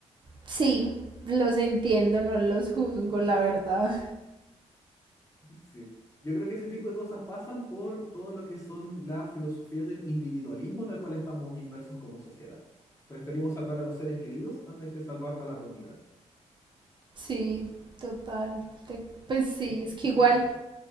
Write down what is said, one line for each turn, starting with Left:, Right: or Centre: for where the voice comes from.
Right: sí, los entiendo, no los juzgo, la verdad.
Left: Sí. Yo creo que ese tipo de cosas pasan por todo lo que son la filosofía del individualismo en el cual estamos inmersos como sociedad. Preferimos salvar a los seres queridos antes que salvar a la comunidad.
Right: Sí, total. Te- pues sí, es que igual